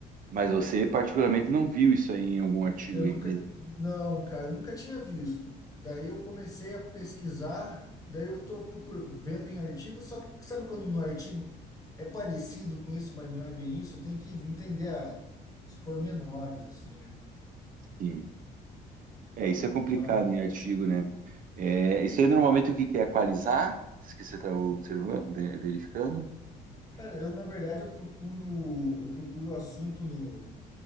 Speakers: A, on the right; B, on the left.
A: mas você particularmente não viu isso aí em algum artigo
B: Eu
A: aí
B: nunca,
A: que diz-
B: não, cara, eu nunca tinha visto. Daí eu comecei a pesquisar, daí eu tô procurando, vendo em artigo, só que sabe quando no artigo é parecido com isso, mas não é bem isso, eu tenho que entender a- os pormenores, assim, né?
A: sim. É, isso é complicado
B: Mas,
A: em artigo, né? É, isso aí normalmente o que que é equalizar? Isso que você está observando, ve- verificando?
B: cara, eu na verdade eu procuro, eu procuro assunto no